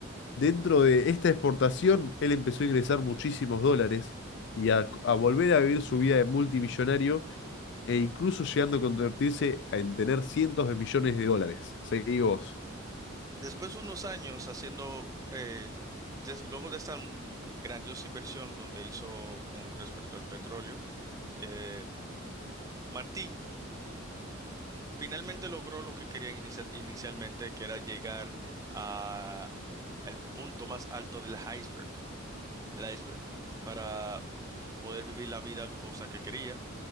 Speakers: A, on the left; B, on the right.
A: Dentro de esta exportación, él empezó a ingresar muchísimos dólares y a, a volver a vivir su vida de multimillonario e incluso llegando a convertirse en tener cientos de millones de dólares. Seguí vos.
B: Después de unos años haciendo, eh, des- luego de esta grandiosa inversión donde hizo con respecto al petróleo, eh, Martín finalmente logró lo que quería inicia- inicialmente, que era llegar a el punto más alto del iceberg, del iceberg, para poder vivir la vida lujosa que quería